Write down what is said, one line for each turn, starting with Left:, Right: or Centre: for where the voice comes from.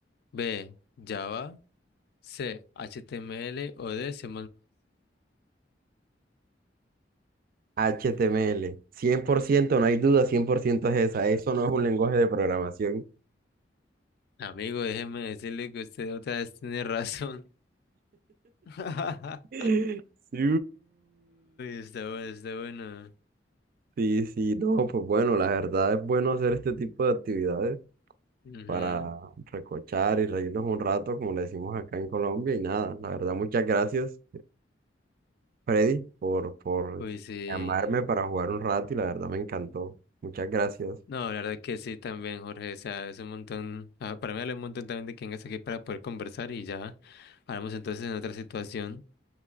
Left: B, Java, C, HTML o D, C++.
Right: HTML. ciento no hay duda, 100% es esa. Eso no es un lenguaje de programación.
Left: Amigo, déjeme decirle que usted otra vez tiene razón. <laughs> Uy,
Right: <laughs> Sí,
Left: está bueno, está bueno.
Right: sí, sí, no, pues bueno, la verdad es bueno hacer este tipo de actividades
Left: Ujú.
Right: para recochar y reírnos un rato, como le decimos acá en Colombia, y nada, la verdad, muchas gracias, Freddy, por, por
Left: Uy, sí.
Right: llamarme para jugar un rato y la verdad me encantó. Muchas gracias.
Left: No, la verdad que sí también, Jorge. O sea, es un montón. ah, para mí vale un montón también de que vengas aquí para poder conversar y ya hablamos entonces en otra situación.